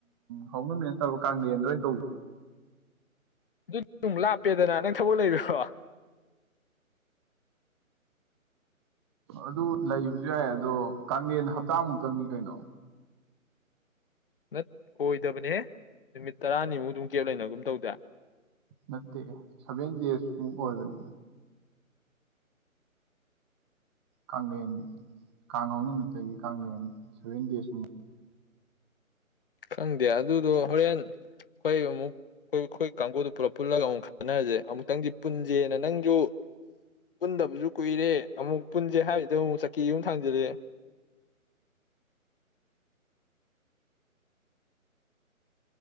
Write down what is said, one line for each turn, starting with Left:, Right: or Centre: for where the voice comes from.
Right: ꯍꯧ ꯅꯨꯃꯤꯠ ꯅꯠꯇꯕ ꯀꯥꯡꯗꯦꯟꯗ ꯑꯣꯏꯅ ꯇꯧꯁꯤ
Left: ꯑꯗꯨ ꯂꯥꯞꯄꯦꯗꯅ ꯅꯪ ꯊꯕꯛ ꯂꯩꯕꯀꯣ
Right: ꯑꯗꯨ ꯂꯩꯕꯁꯨ ꯌꯥꯏ ꯑꯗꯣ ꯀꯂꯦꯟ ꯍꯞꯇꯥꯃꯨꯛꯇꯪꯅꯤ ꯀꯩꯅꯣ
Left: ꯅꯠ ꯑꯣꯏꯗꯕꯅꯦ ꯅꯨꯃꯤꯠ ꯇꯔꯥꯅꯤꯃꯨꯛ ꯑꯗꯨꯝ ꯀꯦꯞ ꯂꯩꯅꯒꯨꯝ ꯇꯧꯗꯦ
Right: ꯅꯠꯇꯦ ꯁꯚꯦꯟ ꯗꯦꯖꯃꯨꯛ ꯑꯣꯏꯕꯅꯤ ꯀꯦꯟ ꯀꯥꯡꯍꯧ ꯅꯨꯃꯤꯠꯇꯒꯤ ꯀꯦꯟ ꯁꯚꯦꯟ ꯗꯦꯁꯨ
Left: ꯈꯪꯗꯦ ꯑꯗꯨꯗꯣ ꯍꯣꯔꯦꯟ ꯑꯩꯈꯣꯏ ꯑꯃꯨꯛ ꯑꯩꯈꯣꯏ ꯑꯩꯈꯣꯏ ꯀꯥꯡꯕꯨꯗꯨ ꯄꯨꯂꯞ ꯄꯨꯜꯂꯒ ꯑꯃꯨꯛ ꯈꯟꯅꯔꯁꯦ ꯑꯃꯨꯛꯇꯪꯗꯤ ꯄꯨꯟꯁꯦꯅ ꯅꯪꯁꯨ ꯄꯨꯟꯗꯕꯁꯨ ꯀꯨꯏꯔꯦ ꯑꯃꯨꯛ ꯄꯨꯟꯁꯦ ꯍꯥꯏꯕꯗ ꯑꯃꯨꯛ ꯆꯀꯤ ꯑꯃꯨꯛ ꯊꯥꯡꯖꯜꯂꯑꯦ